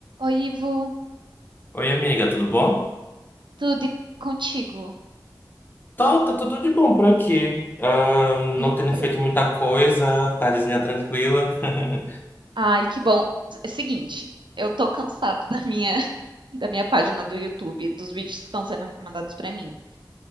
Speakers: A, on the right; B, on the left.
A: Oi, Ivo,
B: Oi, amiga, tudo bom?
A: tudo e contigo?
B: Tá, tá tudo de bom por aqui. Ah, não
A: Então,
B: tendo feito muita coisa, tardezinha tranquila. <laughs>
A: ai, que bom. É seguinte, eu tô cansada da minha <laughs> da minha página do YouTube, dos vídeos que estão sendo recomendados pra mim.